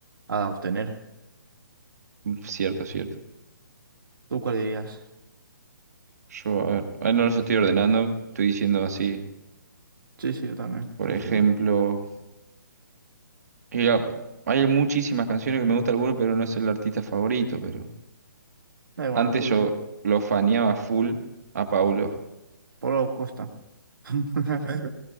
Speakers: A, on the right (about 85°); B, on the right (about 50°).
A: a- a obtener.
B: cierto, cierto.
A: ¿Tú cuál dirías?
B: Yo, a ver, ahora no los estoy ordenando, estoy diciendo así.
A: Sí, sí, yo también estoy
B: Por ejemplo.
A: diciendo.
B: Y, ah, hay muchísimas canciones que me gusta alguno, pero no es el artista favorito, pero
A: Da igual,
B: antes
A: tú,
B: yo
A: tío.
B: lo faneaba full a Paulo.
A: Pablo Costa. <laughs>